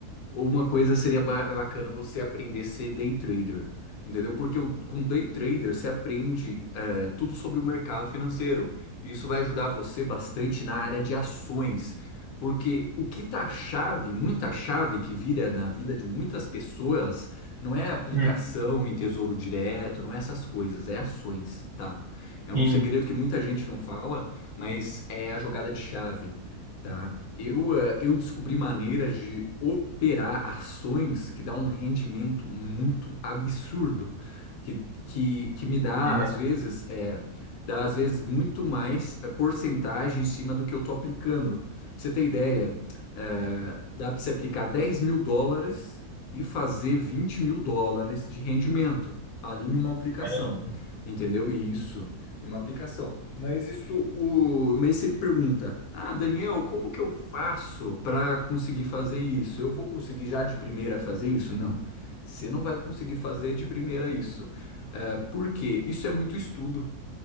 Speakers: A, on the left; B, on the right.
A: Uma coisa seria ba- bacana você aprender a ser day trader, entendeu? Porque o- com day trader você aprende é, tudo sobre o mercado financeiro. E isso vai ajudar você bastante na área de ações. Porque o que tá chave, muita chave que vira na vida de muitas pessoas, não é aplicação
B: Hum,
A: em tesouro direto, não é essas coisas, é ações, tá? É um
B: sim,
A: segredo que muita gente não fala, mas é a jogada de chave. Tá? Eu, eh, eu descobri maneiras de operar ações que dá um rendimento muito absurdo, que, que, que me dá,
B: é,
A: às vezes, é, dá, às vezes, muito mais eh, porcentagem em cima do que eu tô aplicando. Pra você ter ideia, eh, dá para você aplicar dez mil dólares e fazer vinte mil dólares de rendimento ali numa aplicação,
B: caramba.
A: entendeu? E isso uma aplicação. Mas isso, o... Mas sempre pergunta, ah, Daniel, como que eu faço para conseguir fazer isso? Eu vou conseguir já de primeira fazer isso? Não. Você não vai conseguir fazer de primeira isso. É, por quê? Isso é muito estudo,